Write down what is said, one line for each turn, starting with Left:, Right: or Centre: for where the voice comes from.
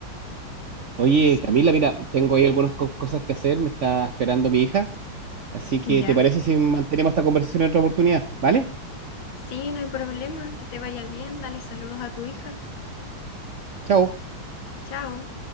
Right: oye
Left: sí,
Right: Camila, mira, tengo ahí algunas co- cosas que hacer, me está esperando mi hija, así que
Left: ya.
Right: ¿te parece si mantenemos esta conversación en otra oportunidad? ¿Vale?
Left: Sí, no hay problema, que te vaya bien, dale saludos a tu hija.
Right: Chao.
Left: Chao.